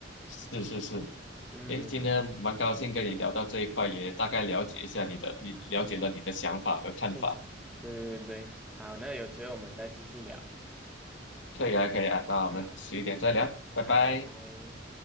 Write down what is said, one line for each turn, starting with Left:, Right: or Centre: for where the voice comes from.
Left: 是是是。
Centre: 嗯，
Left: 诶，今天蛮高兴跟你聊到这一块，也大概了解一下你的，你了解了你的想法和看法。
Centre: 确实，对对对，好，那有机会我们再继续聊。
Left: 可以啊，可以啊，那我们迟一点再聊，
Centre: 好，
Left: 拜拜。
Centre: 好，拜拜。